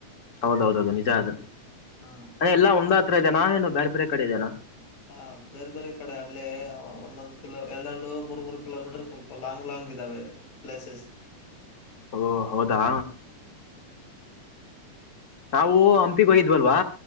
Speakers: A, on the left; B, on the left.
A: ಹೌದ ಹೌದೌದು ನಿಜ ಅದು
B: ಹಾ
A: ಎಲ್ಲಾ ಒಂದ ಹತ್ರ ಇದೇನಾ ಏನು ಬೇರೆ ಬೇರೆ ಕಡೆ ಇದೇನಾ.
B: ಹಾ ಬೇರೆ ಬೇರೆ ಕಡೆ ಅಲ್ಲೇ ಒಂದೊಂದ್ ಕಿಲೋ ಎರಡೆರಡು ಮೂರ್ ಮೂರು ಕಿಲೋಮೀಟರ್ ಸ್ವಲ್ಪ ಲಾಂಗ್ ಲಾಂಗ್ ಇದ್ದಾವೆ. ಪ್ಲೇಸಸ್.
A: ಓ ಹೌದಾ. ನಾವು ಹಂಪಿಗೆ ಹೋಗಿದ್ವಲ್ವಾ.